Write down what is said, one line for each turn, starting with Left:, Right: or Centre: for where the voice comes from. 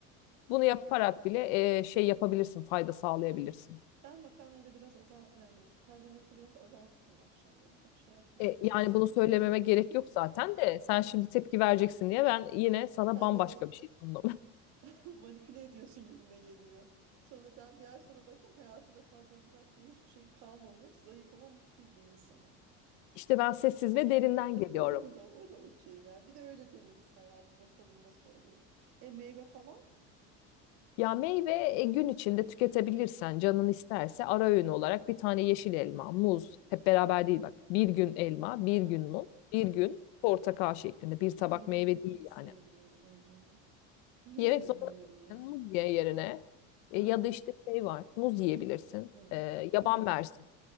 Left: bunu yaparak bile e, şey yapabilirsin, fayda sağlayabilirsin.
Right: Ben makarnayı da biraz azalt yani karbonhidratı biraz azalttım akşamları. Çok şey yapmam
Left: E,
Right: ya.
Left: yani bunu söylememe
Right: Bunu da
Left: gerek
Right: <laughs>
Left: yok zaten de sen şimdi tepki vereceksin diye ben yine sana
Right: sen
Left: bambaşka
Right: beni
Left: bir şey sundum. <laughs>
Right: <laughs> manipüle ediyorsun gibime geliyor. Sonra ben bir ay sonra bakacağım hayatımda karbonhidrat diye hiçbir şey kalmamış. Zayıf ama mutsuz bir insanım.
Left: İşte ben sessiz
Right: Okey.
Left: ve derinden
Right: <laughs>
Left: geliyorum.
Right: O da o da okey yani. Bir de öyle deneriz hayatı bakalım nasıl oluyor. E meyve falan?
Left: Ya meyve e, gün içinde tüketebilirsen canın isterse ara öğün olarak bir tane yeşil elma, muz hep beraber değil bak. Bir gün elma, bir
Right: Ha.
Left: gün muz, bir
Right: Ha.
Left: gün portakal şeklinde bir
Right: O
Left: tabak
Right: elmayı
Left: meyve
Right: da hiç
Left: değil
Right: sevmiyorum
Left: yani.
Right: elmayı. Yiyemiyorum
Left: Yemek zorunda
Right: ben onu
Left: değilsin
Right: ya.
Left: muz ye yerine E,
Right: Ha?
Left: ya da işte şey var muz yiyebilirsin.
Right: Hı.
Left: E, yaban
Right: Muz olur.
Left: mersini